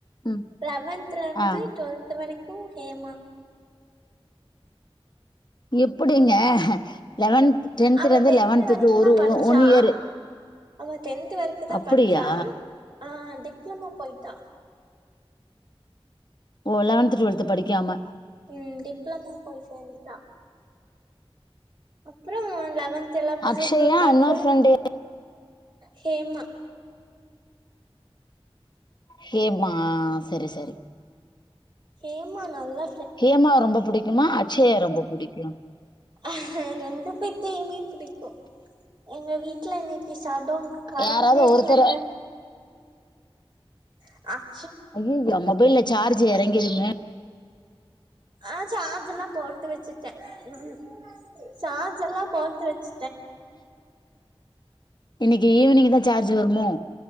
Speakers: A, on the left; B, on the right.
A: ம்
B: லெவன்த்ல இருந்து
A: ஆ
B: டுவெல் த்து வரைக்கு ஹேமா
A: எப்டிங்கே லெவன்த் டென்துல
B: அவ
A: இருந்து
B: டென்த்
A: லெவன்துக்கு
B: வரைக்கு
A: ஒரு
B: தா படிச்சா
A: ஒன் இயரு
B: அவ டென்த் வரைக்கு தா
A: அப்டியா
B: படிச்சா ஆ டிப்ளமோ போயிட்டா
A: ஓ லெவன்த் டுவெல்த் படிக்காமே
B: ம் டிப்ளமோ போய் சேந்துட்டா அப்பறோ லெவன்த் எல்லா புது
A: அக்ஷயா
B: குரூப் ஆச்சு
A: இன்னொரு ஃப்ரெண்டு
B: ஹேமா
A: ஹேமா செரி செரி
B: ஹேமா நல்லா
A: ஹேமாவ ரொம்ப புடிக்குமா அச்சயா ரொம்ப புடிக்குமா
B: ஆ ரெண்டு பேத்தையுமே புடிக்கு எங்க வீட்ல இன்னைக்கி சடோன் கரண்ட்டே
A: யாராவது ஒருத்தர
B: இல்லங்க ஆ
A: அய்யய்யோ மொபைல்ல சார்ஜ் எறங்கிருமே
B: ஆ சார்ஜ்ல்லா போட்டு வெச்சுட்டே ம் சார்ஜ் எல்லா போட்டு வெச்
A: இன்னைக்கு ஈவினிங் தா சார்ஜ் வருமோ